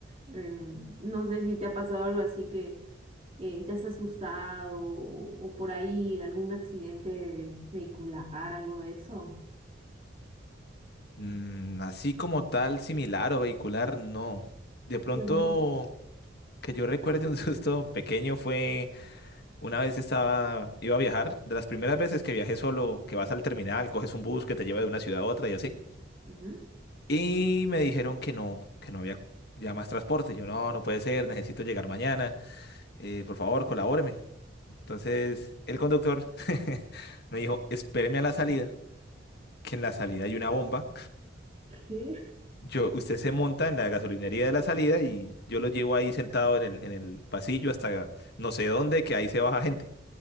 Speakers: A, on the right; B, on the left.
A: Em, no sé si te ha pasado algo así que eh, te has asustado o, o por ahí algún accidente vehicular, algo de eso.
B: Mm, así como tal, similar o vehicular, no. De pronto,
A: Qué bueno.
B: que yo recuerde un <laughs> susto pequeño fue. Una vez estaba, iba a viajar, de las primeras veces que viajé solo, que vas al terminal, coges un bus que te lleva de una ciudad a otra y así.
A: Ujú.
B: Y me dijeron que no, que no había ya más transporte. Yo, no, no puede ser, necesito llegar mañana, eh, por favor, colabóreme. Entonces, el conductor <laughs> me dijo, espéreme a la salida, que en la salida hay una bomba.
A: ¿Qué?
B: Yo, usted se monta en la gasolinería de la salida y yo lo llevo ahí sentado en el, en el pasillo hasta no sé dónde, que ahí se baja gente.